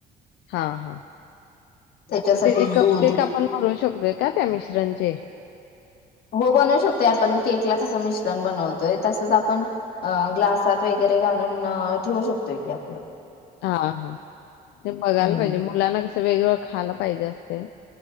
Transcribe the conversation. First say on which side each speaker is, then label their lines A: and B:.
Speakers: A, on the left (about 80°); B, on the left (about 65°).
A: हा -हा
B: त्याच्यासाठी
A: मग त्याचे कपकेक
B: दूध
A: आपण बनवु शकतो का त्या मिश्रणचे
B: हो बनवू शकतोय आपण केकला कस मिश्रण बनवतोय तसच आपण ग्लासात वैगर ून ठेवू शकतोय की आपण
A: हा हा ते बघायला
B: हम्म
A: पाहिजे मुलांना कसं वेगवेगळं खायला पाहिजे असते